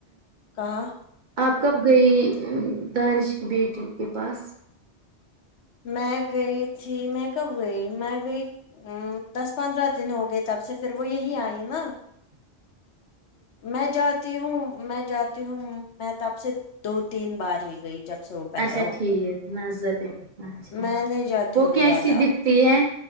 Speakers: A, on the left; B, on the right.
A: کہاں
B: آپ کب گئی دانش کی بیٹی کے پاس
A: میں گئی تھی میں کب گئی میں گئی ا دس پندرہ دن ہو گئے تب سے پھر وہ یہی آئی نا
B: ناقابل سماعت
A: میں جاتی ہوں میں جات ی ہوں میں تب سے دو تین بار ہی گئی جب سے وہ پیدا
B: اچھا
A: ہو
B: ٹھیک
A: گئے
B: نظر د اچھا
A: میں نہیں جاتی
B: وہ
A: ہوں
B: کیسی
A: زیادہ
B: دکھتی ہے